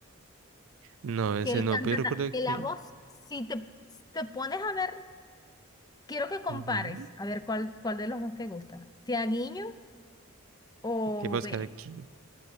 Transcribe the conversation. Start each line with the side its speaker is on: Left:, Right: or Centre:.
Right: No, ese
Left: que él
Right: no,
Left: canta,
Right: pero yo
Left: ta-
Right: recuerdo
Left: que
Right: que...
Left: la voz, si te, si te pones a ver, quiero que compares,
Right: ujú,
Left: a ver cuál, cuál de los dos te gusta, Tiaguiño o
Right: Ok, voy a buscar
Left: Velo,
Right: aquí.